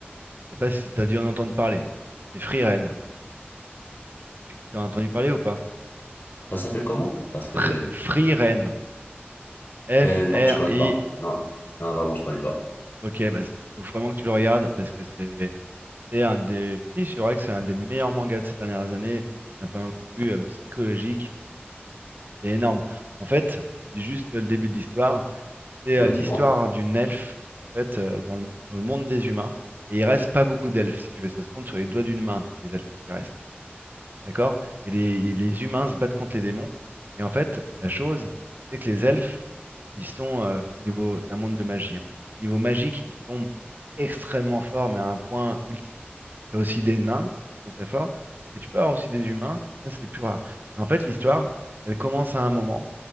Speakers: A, on the right; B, on the left.
A: Je sais pas si tu as dû en entendre parler. C'est Free Ren. Tu as entendu parler ou pas?
B: Ça s'appelle comment? Parce que
A: Fr-
B: j'ai...
A: Free Ren. F-R-I.
B: Euh, non, je connais pas. Non, non, vraiment, je connais pas.
A: Ok, bah, c- faut vraiment que tu le regardes parce que c'est c'est un des. Si, c'est vrai que c'est un des meilleurs mangas de ces dernières années, d'un point de vue euh, psychologique. C'est énorme. En fait, je te dis juste euh, le début de l'histoire. C'est
B: Ouais,
A: euh, l'histoire
B: dis-moi.
A: d'une elfe, en fait, euh, dans le, dans le monde des humains. Et il reste pas beaucoup d'elfes, si tu veux. Ça se compte sur les doigts d'une main, les elfes qui restent. D'accord? Et les, les humains se battent contre les démons. Et en fait, la chose, c'est que les elfes, ils sont euh, au niveau, c'est un monde de magie. hein. Au niveau magique, ils sont extrêmement forts, mais à un point ultime. T'as aussi des nains qui sont très forts, mais tu peux avoir aussi des humains, ça c'est plus rare. En fait, l'histoire, elle commence à un moment,